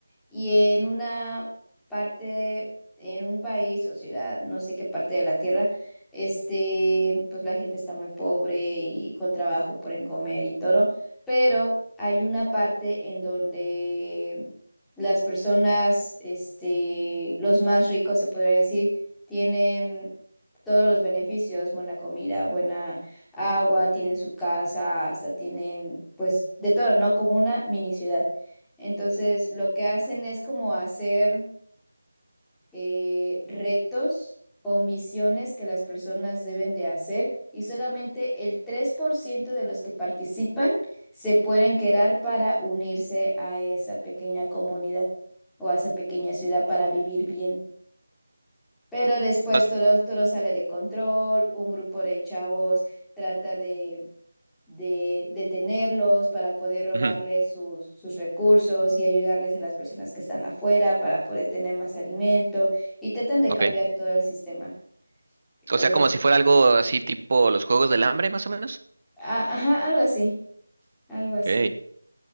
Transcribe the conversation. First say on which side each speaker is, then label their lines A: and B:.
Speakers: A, in the centre; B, on the right.
A: Y en una parte, en un país o ciudad, no sé qué parte de la tierra, este, pues la gente está muy pobre y con trabajo por en comer y todo. Pero hay una parte en donde las personas, este, los más ricos se podría decir, tienen todos los beneficios, buena comida, buena agua, tienen su casa, hasta tienen pues de todo, ¿no? Como una mini ciudad. Entonces, lo que hacen es como hacer eh, retos o misiones que las personas deben de hacer y solamente el 3% de los que participan se pueden quedar para unirse a esa pequeña comunidad o a esa pequeña ciudad para vivir bien. Pero después
B: As-
A: todo, todo sale de control, un grupo de chavos trata de, de detenerlos para poder robarles
B: ujú,
A: sus, sus recursos y ayudarles a las personas que están afuera para poder tener más alimento y tratan de
B: Ok.
A: cambiar todo el sistema. Pues
B: O sea,
A: eso.
B: como si fuera algo así tipo los Juegos del Hambre, más o menos.
A: Ah, ajá, algo así, algo así.
B: Ok.